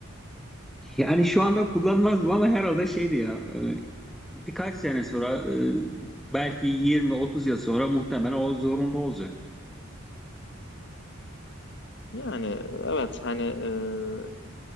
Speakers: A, in the centre; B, on the left (about 60°).
A: Yani şu anda kullanmazdım ama herhalde şeydi ya, e, birkaç sene sonra, e, belki 20-30 yıl sonra muhtemelen o zorunlu olacaktır.
B: Yani evet hani e,